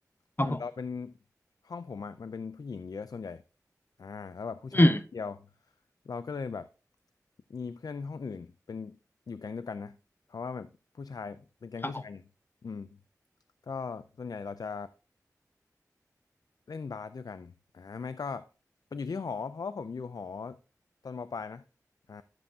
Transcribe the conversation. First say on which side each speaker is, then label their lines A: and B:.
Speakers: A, on the left; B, on the left.
A: ครับผม
B: เหมือนเราเป็นห้องผมอะมันเป็นผู้หญิงเยอะส่วนใหญ่อ่าแล้วแบบผู้ชายมีนิดเดียว
A: อืม
B: เราก็เลยแบบมีเพื่อนห้องอื่นเป็นอยู่แก๊งเดียวกันนะเพราะว่าแบบผู้ชายเป็นแก๊งผู้ชายเนี่ยอืม
A: ครับผม
B: ก็ส่วนใหญ่เราจะ เล่นบาสด้วยกันอ่าไม่ก็ไปอยู่ที่หอ
A: อืม
B: เพราะว่าผมอยู่หอตอนมปลายนะอ่า